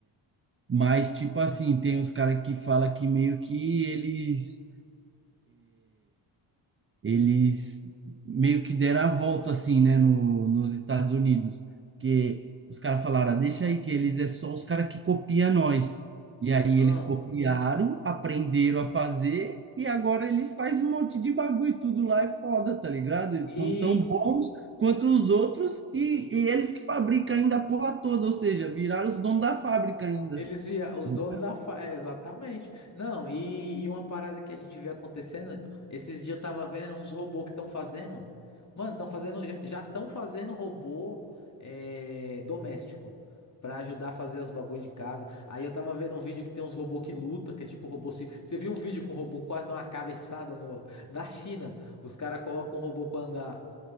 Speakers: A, on the right; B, on the left.
A: mais, tipo assim, tem os caras que falam que meio que eles eles meio que deram a volta assim, né, no, nos Estados Unidos, porque os caras falaram, "Ah, deixa aí que eles é só os caras que copia nós. E aí
B: Hum.
A: eles copiaram, aprenderam a fazer e agora eles fazem um monte de bagulho e tudo lá é foda, tá ligado? Eles
B: E,
A: são tão bons quanto os outros e, e eles que fabricam ainda a porra toda, ou seja, viraram os donos da fábrica ainda.
B: Eles viram os
A: Um
B: donos da fa... é, exatamente. Não, e, e uma parada que a gente vê acontecendo, esses dias eu tava vendo uns robôs que estão fazendo. Mano, estão fazendo, já estão fazendo robô é, doméstico pra ajudar a fazer os bagulho de casa. Aí eu tava vendo um vídeo que tem uns robôs que luta, que é tipo robô se Você viu um vídeo com um robô quase dá uma cabeçada no na China? Os caras colocam um robô pra andar